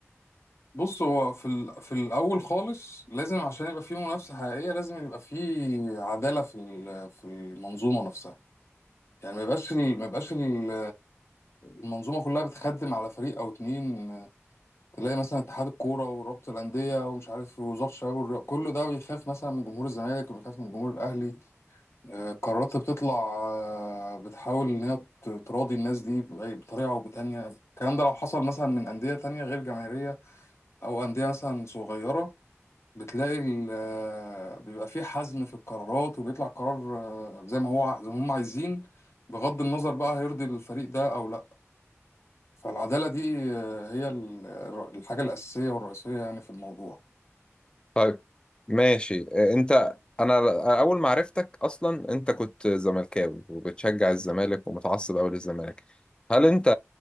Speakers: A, on the left (about 65°); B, on the left (about 20°).
A: بص هو في ال... في الاول خالص لازم عشان يبقى في منافسه حقيقيه لازم يبقى في عداله في ال... في المنظومه نفسها يعني ما يبقاش ال... ما يبقاش ال... المنظومه كلها بتخدم على فريق او اتنين تلاقي مثلا اتحاد الكوره ورابطه الانديه ومش عارف وزاره الشباب والرياضه كله ده بيخاف مثلا من جمهور الزمالك وبيخاف من جمهور الاهلي آه، قرارات بتطلع آه، بتحاول ان هي ت- تراضي الناس دي بأي- بطريقه او بتانيه الكلام ده لو حصل مثلا من انديه تانيه غير جماهيريه او انديه مثلا صغيره بتلاقي ال- آه، بيبقى في حزم في القرارات وبيطلع قرار آه، زي ما هو ع- زي ما هم عايزين بغض النظر بقى هيرضي الفريق ده او لا فالعدالة دي آه، هي ال- الر- الحاجة الأساسية والرئيسية يعني في الموضوع
B: طيب ماشي آه، انت انا ل- اول ما عرفتك اصلا انت كنت زملكاوي وبتشجع الزمالك ومتعصب قوي للزمالك هل انت